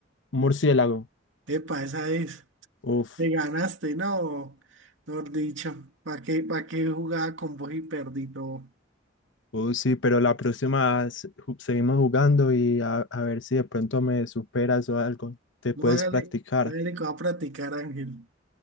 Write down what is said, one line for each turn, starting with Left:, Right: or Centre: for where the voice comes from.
Left: Murciélago.
Right: Epa, esa es.
Left: Uf.
Right: Me ganaste. No. Mejor dicho. ¿Para qué, para qué jugaba con vos y perdí todo?
Left: Uh, sí, pero la próxima s- ju- seguimos jugando y a, a ver si de pronto me superas o algo. Te
Right: No,
Left: puedes
Right: hágale.
Left: practicar.
Right: Hágale que va a practicar, Ángel.